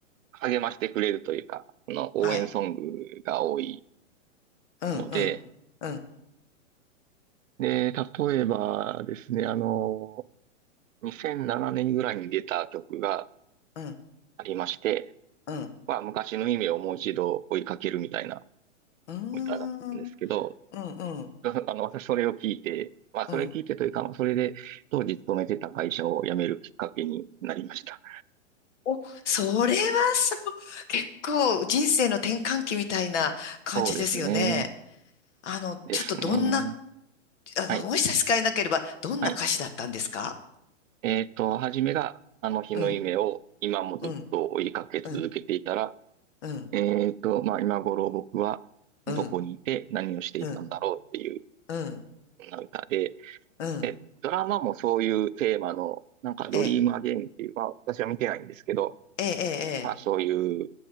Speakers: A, on the right (about 80°); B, on the left (about 65°).
A: 励ましてくれるというか、あの、応援ソングが多い
B: はい。うん、
A: ので、
B: うん、うん、
A: で、例えばですね、あの、2007年ぐらいに出た曲が
B: うん、
A: ありまして、
B: うん。
A: まあ、昔の夢をもう一度追いかけるみたいな
B: うーん、
A: 歌だったんですけど、
B: うん、うん、
A: <laughs> あの、私それを聞いて、まあ、
B: うん。
A: それ聞いてというか、まあそれで当時勤めてた会社を辞めるきっかけになりました。
B: お、お、それはそう、結構人生の転換期みたいな感じですよね。
A: そうですね。
B: あの、
A: ですね。
B: ちょっとどんな、あの、
A: はい。
B: もし差し支えなければ、どんな歌詞だったんですか
A: はいえっと、初めが、あの日の夢を今もずっと追いかけ続けていたら、
B: うん、うん、うん、うん、
A: えっと、まあ、今頃僕はどこにいて何をしていたんだろうっていう、
B: うん、うん、うん、
A: そんな歌で、
B: うん。
A: で、ドラマもそういうテーマの、なんかドリームアゲインっていう、
B: ええ、
A: まあ、私は見てないんですけど、
B: ええ、ええ。
A: まあ、
B: ええ
A: そういう